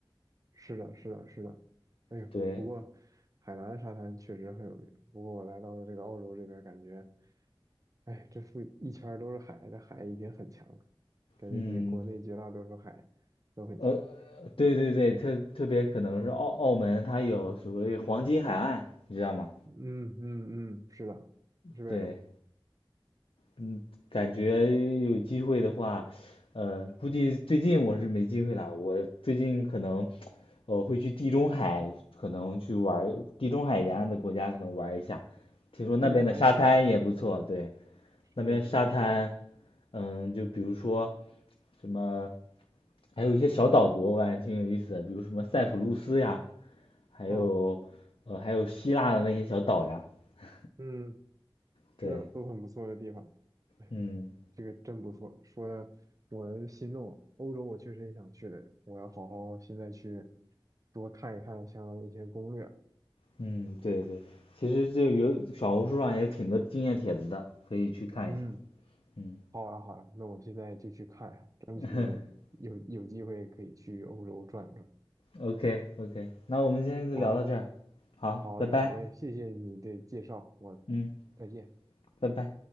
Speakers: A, on the right; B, on the left.
A: 是的，是的，是的。哎呦，
B: 对，
A: 不过海南沙滩确实很有名。不过我来到了这个澳洲这边，感觉，哎，这附一圈儿都是海，这海已经很强了，感觉比国内绝大多数海都很强。
B: 嗯，呃，对对对，特特别可能是澳澳门，它有所谓黄金海岸，你知道吗？
A: 嗯嗯嗯，是的，这边有
B: 对。嗯，感觉有机会的话，呃，估计最近我是没机会了。我最近可能，呃，会去地中海，可能去玩儿地中海沿岸的国家，可能玩儿一下。听说那边的沙滩也不错，
A: 地中海也很好。
B: 对，
A: 是的，
B: 那边沙滩，
A: 是的，是的。
B: 嗯，就比如说什么，还有一些小岛国，我感觉挺有意思的，比如什么塞浦路斯呀，还有，
A: 哦，
B: 呃，还有希腊的那些小岛呀，<laughs>
A: 嗯，
B: 对，
A: 是的，都很不错的地方。哎。
B: 嗯。
A: 这个真不错，说的我心动。欧洲我确实也想去的，我要好好现在去多看一看像一些攻略。
B: 嗯，对对，其实就有小红书上也挺多经验帖子的，可以去看一下。
A: 嗯，
B: 嗯
A: 好呀好呀，那我现在就去看一下，
B: <laughs>
A: 有有机会可以去欧洲转一转。
B: ，OK OK，那我们今天就聊到这儿，
A: 好呀，
B: 好，
A: 好嘞好嘞，
B: 拜拜。
A: 谢谢你的介绍，我
B: 嗯，
A: 再见。
B: 拜拜。